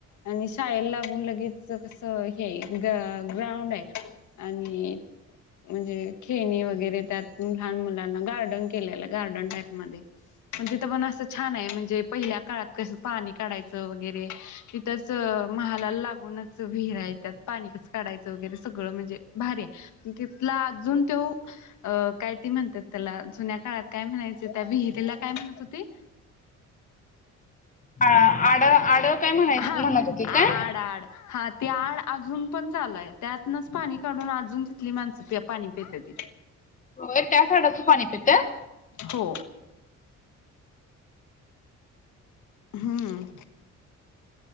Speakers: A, on the left; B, on the left.
A: आणि शाळेला लागून लगेच कस हे ग्राउंड आहे आणि म्हणजे खेळणी वगैरे त्यात लहान मुलांना गार्डन केलेलं गार्डन टाईप मध्ये मग तिथं पण असं छान आहे म्हणजे पहिल्या काळात कसं पाणी काढायचं वगैरे तिथंच महालाला लागूनच विहिराय त्यात पाणीच काढायचं वगैरे सगळं म्हणजे भारी आहे. तिथला अजून तो अ काय त म्हणतात त्याला जुन्या काळात काय म्हणायचं त्या विहिरीला काय म्हणत होती.
B: ह आड आड काय म्हणाय
A: हा
B: म्हणत होती काय?
A: आड आड हा ते आड अजून पण चालय त्यातनच पाणी काढून अजून तिथली माणसं पाणी प त
B: होय त्या झाडाचं पाणी पित्यात.
A: हो हम्म